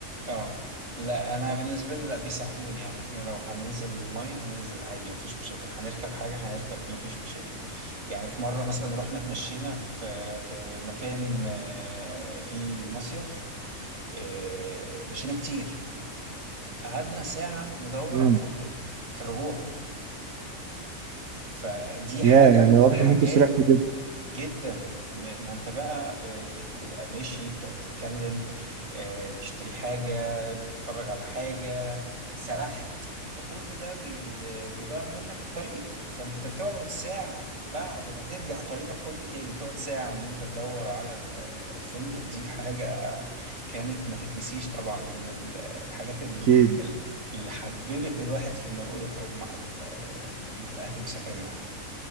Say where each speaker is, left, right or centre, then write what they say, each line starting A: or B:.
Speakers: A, on the right; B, on the right.
A: اه لا انا بالنسبه لي لا بيساعدوني يعني احنا لو هننزل ميه هننزل عادي مفيش مشاكل هنركب حاجه هنركب مفيش مشاكل يعني في مره مثلا رحنا اتمشينا في في مكان آه، فيه مصيف آه، مشينا كتير قعدنا ساعه ندور
B: امم
A: على الفندق في الرجوع فدي
B: يا
A: حاجه
B: يعني
A: من
B: واضح
A: الحاجات
B: إن أنتوا سرحتوا جدا
A: جدا م- ما انت بقى آه، بتبقى ماشي بتقعد تتكلم آه، تشتري حاجة بتتفرج على حاجة سرحت فكل ده بي آه، بيضيع منك الطريق فانت تقعد ساعة بعد ما ترجع طريقك كله تاني تقعد ساعة ان انت تدور على ال- الفندق دي حاجة كانت ما تتنسيش طبعا من ال- الحاجات ال-
B: أكيد
A: ال- اللي حببت الواحد في انه يخرج مع ال- مع الاهل ويسافر معاهم